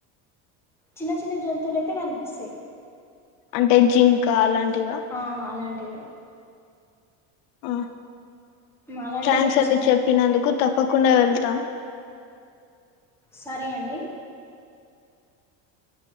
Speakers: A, in the centre; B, on the left.
A: చిన్న చిన్న జంతువులయితే కనిపిస్తాయి.
B: అంటే జింక అలాంటివ.
A: ఆ అలాంటివే.
B: ఆ
A: అలాంటివి
B: థ్యాంక్స్
A: చూసాను
B: అండి చెప్పినందుకు తప్పకుండా వెళ్తాం.
A: సరే అండి.